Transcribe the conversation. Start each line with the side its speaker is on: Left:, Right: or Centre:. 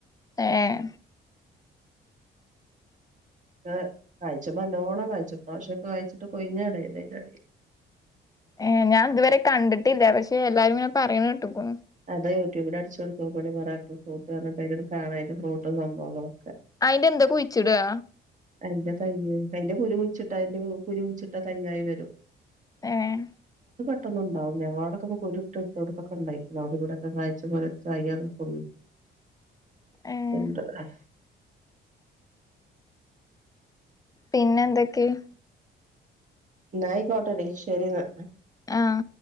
Left: ഏഹ്
Right: ആഹ് <unintelligible> നല്ലോണം കായ്‌ച്ച്ക്ക്ണു. പക്ഷെ കായ്ച്ചിട്ട് <unintelligible>
Left: ഏഹ് ഞാൻ ഇതുവരെ കണ്ടിട്ടില്ല. പക്ഷെ എല്ലാരും ഇങ്ങനെ പറയുന്ന കേട്ട്ക്കുണു
Right: അതെ യൂട്യൂബില് അടിച്ച് കൊടുത്ത് നോക്കാണിം മിറാക്കിൾ ഫ്രൂട്ട്ന്ന് പറഞ്ഞിട്ട് അതിലിങ്ങട്ട് കാണ അതിന്റെ ഫ്രൂട്ടും സംഭവങ്ങളും
Left: അയിന്റെ എന്താ കുഴിച്ചിടാ
Right: അയ്‌ന്റെ തയ്യ് അതിന്റെ കുരു കുഴിച്ചിട്ട അതിന്റെ കുരു കുഴിച്ചിട്ട തയ്യായി വരും
Left: ഏഹ്
Right: <unintelligible> ഞങ്ങളോടൊക്കെ കുരു ഇട്ട് ഇട്ട് ഇട്ടോട്ത്തൊക്കെ ഇണ്ടായി അവിടെ ഇവിടേം ഒക്കെ കായ്ച്ച്
Left: ഏഹ്
Right: <unintelligible>
Left: പിന്നെ എന്തൊക്കെ
Right: ന്നായിക്കോട്ടെടീ ശരി ന്നാ
Left: ആഹ്